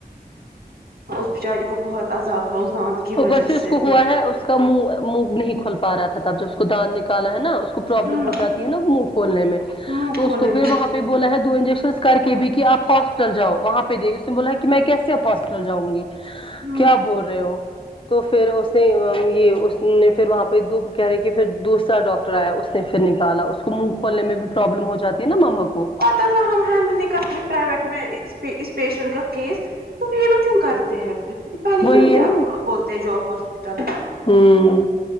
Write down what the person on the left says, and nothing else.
اوپر
اس
کو
ہوا ہے اس کا منہ منہ نہیں کھول پا رہا تھا تب جب اس کو دانت نکالا ہے نا اس کو پروابلم
ہو جاتی ہے نا منہ کھولنے میں
تو
اس کو پھر
وہاں پہ بولا ہے دو انجیکشنس کر کے بھی آپ ہاسپٹل جاؤ وہاں پہ دے اس نے بولا کہ میں کیسےاب ہاسپٹل جاؤں گی
کیا بول رہے ہو تو پھر اس نے یہ اس نے پھر وہاں پہ دو کہہ رہے کہ پھر دوسرا ڈاکٹر ایا اس نے پھر نکالا اس کو منہ کھولنے میں بھی پرابلم ہو جاتی ہے نا ماما کو
وہی
ہے
نا
ہمم